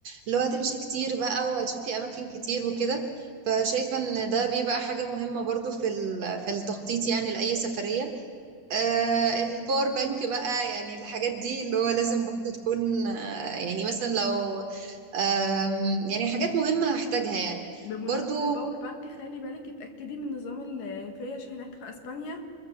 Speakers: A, on the right (about 55°); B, on the left (about 65°).
A: اللي هو هتمشي كتير بقى وهتشوفي اماكن كتير وكده فشايفه ان ده بيبقى حاجه مهمه برضو في ال- في التخطيط يعني لاي سفريه آه الباور بانك بقى يعني الحاجات دي اللي هو لازم برضو تكون آه يعني مثلا لو آم، يعني حاجات مهمة هحتاجها يعني
B: بمناسبة
A: برضو
B: الباور بانك خلي بالك اتأكدي من نظام الفيش هناك في اسبانيا